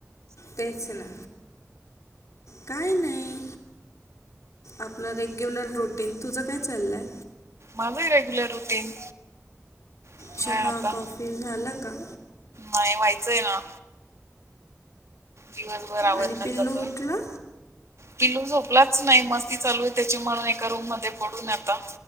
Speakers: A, on the left (about 75°); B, on the right (about 60°).
A: तेच ना काय नाही. आपलं रेग्युलर रुटीन तुझं काय चाललंय?
B: मला रेग्युलर रुटीन. काय
A: चहा
B: आता
A: कॉफी झाला का?
B: नाही व्हायचंय ना. दिवसभर आवरण्यात
A: आणि पिल्लू
B: जातोय.
A: उठला
B: पिलू झोपलाच नाही मस्ती चालू आहे त्याची म्हणून एका रूम मध्ये पडून आता.